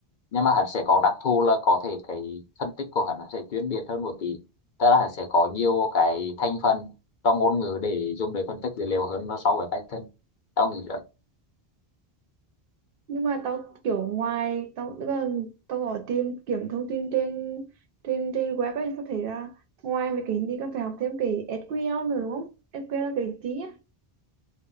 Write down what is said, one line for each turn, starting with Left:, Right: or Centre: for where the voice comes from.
Left: nhưng mà hẳn sẽ có đặc thù là có thể cái phân tích của hẳn nó sẽ chuyên biệt hơn một tí tức là hẳn sẽ có nhiều cái thành phần trong ngôn ngữ để dùng để phân tích dữ liệu hơn nó so với Python tao nghĩ
Right: nhưng mà tao kiểu ngoài tao tức là tao gọi tìm kiếm thông tin trên trên trên web ấy tao thấy là ngoài mấy cái gì con phải học thêm cái SQL nữa đúng không SQL là cái gì á